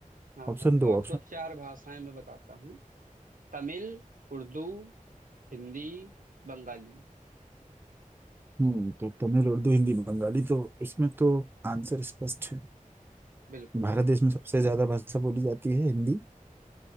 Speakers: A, on the right; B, on the right.
A: हाँ
B: ऑप्शन
A: हाँ
B: दो
A: तो आपको
B: ऑप्शन
A: चार भाषाएं मैं बताता हूँ तमिल उर्दू हिंदी बंगाली
B: हम्म तो तमिल उर्दू हिंदी बंगाली तो इसमें तो आंसर स्पष्ट है
A: बिल्कुल
B: भारत देश में सबसे ज्यादा भाषा बोली जाती है हिंदी